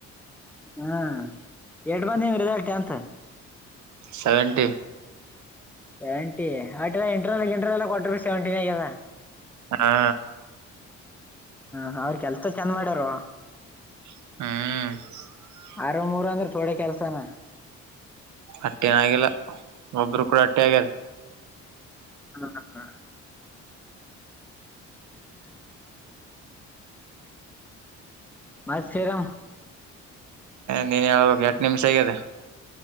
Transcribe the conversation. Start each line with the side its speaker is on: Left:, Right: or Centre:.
Centre: ಹ್ಮ ಎಷ್ಟು ಬಂದಿದೆ ರಿಸಲ್ಟ್ ಅಂತ.
Right: ಸೆವೆಂಟಿ.
Centre: ಸೆವೆಂಟಿ ಆಟ ಇಂಟರ್ನಲ್ ಇಂಟರ್ನಲ್ ಕೊಟ್ರ ಸೆವೆಂಟಿ ನ ಆಗ್ಯದ.
Right: ಹಾ.
Centre: ಹ ಅವ್ರ ಕೆಲ್ಸ ಚಂದ ಮಾಡ್ಯಾರೂ.
Right: ಹ್ಮ.
Centre: ಆರ ಮೂರ್ ಅಂದ್ರೆ ಥೋಡೆ ಕೆಲ್ಸನಾ.
Right: ಅಟ್ಟೆನ ಆಗಿಲ್ಲ ಒಬ್ಬರು ಅಟ್ಟೆ ಆಗ್ಯಾರ.
Centre: ಹಾ ಹಾ. <inaudible> ಮತ್ತೆ ಏನು.
Right: ನಿ ಹೇಳ್ಬೇಕು ಎಲ್ ಕೆಲಸ ಆಗಿದೆ.